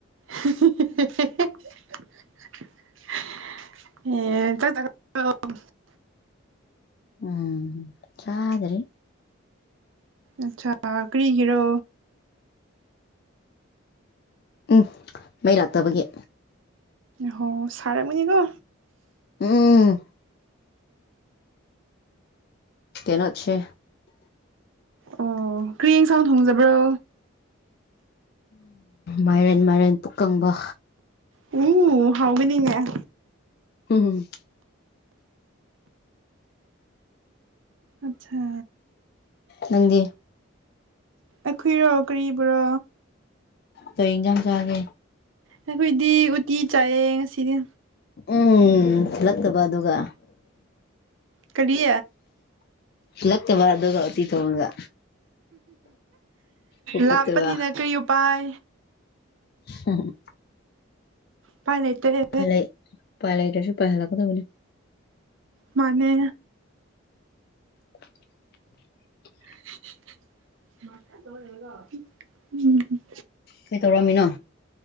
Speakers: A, on the right (about 70°); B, on the left (about 50°).
A: <unintelligible> <unintelligible>
B: ꯎꯝ ꯆꯗ꯭ꯔꯤ
A: ꯑꯆꯥ ꯀꯔꯤꯒꯤꯔꯣ
B: ꯎꯝ ꯃꯩ ꯂꯥꯛꯇꯕꯒꯤ
A: ꯍꯣ ꯁꯥꯔꯝꯒꯅꯤꯀꯣ
B: ꯎꯝ ꯀꯩꯅꯣꯁꯦ
A: ꯑꯣ ꯀ꯭ꯔꯤ ꯌꯦꯡ ꯁꯥꯡ ꯊꯣꯡꯖꯕ꯭ꯔꯣ
B: ꯃꯥꯏꯔꯦꯟ ꯃꯥꯏꯔꯦꯟ ꯄꯨꯛꯀꯪꯕ
A: ꯎꯝ ꯍꯥꯎꯒꯅꯤꯅꯦ
B: ꯎꯝ
A: ꯑꯆꯥ
B: ꯅꯪꯗꯤ
A: ꯑꯈꯨꯏꯔꯣ ꯀꯔꯤꯕ꯭ꯔꯣ
B: ꯀꯩ ꯏꯟꯖꯥꯡ ꯆꯥꯒꯦ
A: ꯑꯩꯈꯣꯏꯗꯤ ꯎꯇꯤ ꯆꯥꯏꯌꯦ ꯉꯁꯤꯗꯤ
B: ꯎꯝ ꯊꯤꯜꯂꯛꯇꯕ ꯑꯗꯨꯒ
A: ꯀꯔꯤ
B: ꯊꯤꯜꯂꯛꯇꯕ ꯑꯗꯨꯒ ꯎꯇꯤ ꯊ‌ꯣꯡꯔꯒ ꯄꯨꯛ
A: ꯂꯥꯞꯄꯅꯤꯅ
B: ꯐꯠꯇꯕ
A: ꯀꯔꯤ ꯎꯄꯥꯏ
B: <unintelligible>
A: ꯄꯥꯏ ꯂꯩꯇ‌ꯦꯍ‌ꯦ
B: ꯐꯅꯤ ꯎꯄꯥꯏ ꯂꯩꯇ꯭ꯔꯥꯁꯨ ꯄꯥꯏꯍꯜꯂꯛꯀꯗꯕꯅꯤ
A: ꯃꯥꯅꯦ
B: <unintelligible>
A: <inaudible>
B: ꯀꯩ ꯇꯧꯔꯝꯃꯤꯅꯣ